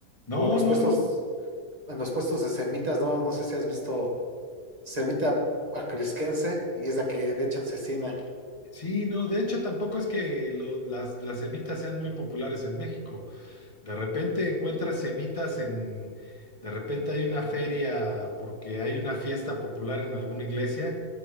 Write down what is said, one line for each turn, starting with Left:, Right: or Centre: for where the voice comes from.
Left: No,
Right: o en los
Left: no,
Right: puestos,
Left: no.
Right: en los puestos de semitas, no, no sé si has visto semita acrisquense y es la que le echan cecina.
Left: Sí, no, de hecho tampoco es que lo- las, las semitas sean muy populares en México. De repente encuentras semitas en, de repente hay una feria porque hay una fiesta popular en alguna iglesia